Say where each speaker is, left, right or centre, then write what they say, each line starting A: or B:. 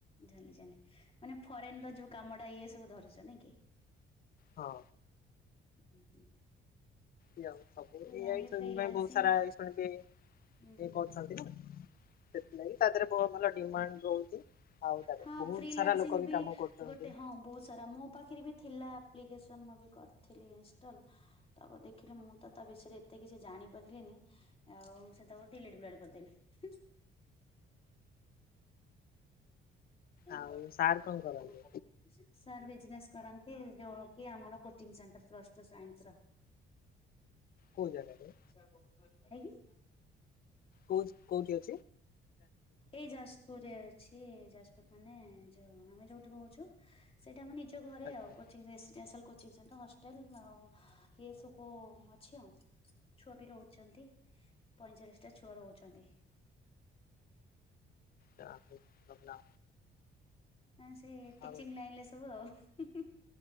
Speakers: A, on the left; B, on the left.
A: ଜାଣିଲି ଜାଣିଲି ମାନେ ଫରେନ ର ଯୋଉ କାମ ଟା ଇଏ ସବୁ ଧରୁଛ ନାଇଁ କି।
B: ହଁ
A: ହୁଁ ହୁଁ।
B: ଉ ସବୁ
A: ମୁଁ
B: ଏଇଆ
A: ଜାଣିଲି
B: ଏଇ ଫିଲ୍
A: ଫ୍ରିଲାନ୍ସିଂ
B: ପାଇଁ ବହୁତ ସାରା ଏ ଶୁଣିବେ।
A: ହୁଁ ହୁଁ
B: ଇ କରୁଛନ୍ତି
A: ହୁଁ
B: ନା। ସେଥିଲାଗି ତା ଦେହରେ ବହୁତ ଭଲ ଡିମାଣ୍ଡ ରହୁଛି। ଆଉ ତାରେ
A: ହଁ
B: ବହୁତ
A: ଫ୍ରିଲାନସିଂ
B: ସାରା ଲୋକ
A: ବି
B: କାମ କରୁଛନ୍ତି।
A: ଗୋଟେ ହଁ ବହୁତ ସାରା ମୋ ପାଖରେ ବି ଥିଲା ଆପ୍ଲିକେସନ ମୁଁ ବି କରିଥିଲି ଇନଷ୍ଟଲ ତ ଦେଖିଲି ମୁଁ ତ ତା ବିଷୟରେ ତେ କିଛି ଜାଣି ପାରିଲେନି। ଆଉ ସେ ତାକୁଡିଲିଟ ବ କରିଦେଲେ।
B: ଆଉ
A: <unintelligible>
B: ସାର୍ କଣ କରନ୍ତି?
A: ସାର୍ ବିଜନେସ କରନ୍ତି। ଯଉ କି ଆମର coaching centre plus two science ର
B: କେଉ ଜାଗାରେ?
A: <unintelligible>
B: କୋଉ କୋଉଠି ଅ
A: ଏଇ ଜାଜ୍ ପୁର ଅଛି। ଯାଜପୁର ମାନେ ଯୋଉ ଆମେ ଯୋଉଠି ରହୁଛୁ। ସେଇଟା ଆମ ନିଜ ଘରେ
B: ଆଚ୍ଛା
A: ଆଉ କୋଚିଙ୍ଗ <inaudible> ଦି ଚାରଟା ହଷ୍ଟେଲ ଆଉ ଏ ସବୁ ଅଛି ଆଉ ଛୁଆ ବି ରହୁ ଛନ୍ତି ପଇଁଚାଳିଶ ଟା ଛୁଆ ରହୁଛନ୍ତି।
B: ଯାହା ହଉ ଭଲ
A: ହ ସେ ଟିଚିଂ
B: ଆଉ
A: ଲାଇନରେ ସବୁ ଆଉ ହୁ-ହୁ